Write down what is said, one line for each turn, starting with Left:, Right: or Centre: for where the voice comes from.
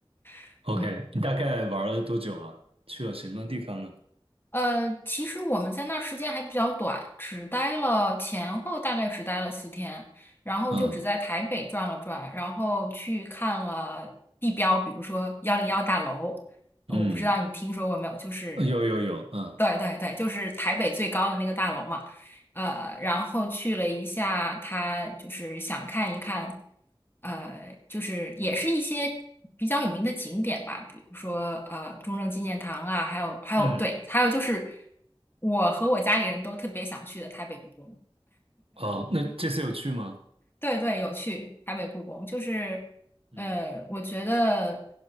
Left: <laughs>
Right: ，OK，
Left: 嗯。
Right: 你大概玩了多久啊？去了什么地方呢？
Left: 呃，其实我们在那儿时间还比较短，只待了前后大概只待了四天，然后就只在台北转了转，
Right: 嗯
Left: 然后去看了地标，比如说幺零幺大楼，
Right: 嗯，
Left: 呃我不知道你听说过没有，就是，
Right: 有有有，嗯
Left: 对对对，就是台北最高的那个大楼嘛。呃，然后去了一下，他就是想看一看，呃，就是也是一些比较有名的景点吧，比如说呃中正纪念堂啊，还有还有对，
Right: 嗯，
Left: 还有就是我和我家里人都特别想去的台北故宫。
Right: 哦，那这次有去吗？
Left: 对对，有去台北故宫，就是
Right: 嗯
Left: 呃，我觉得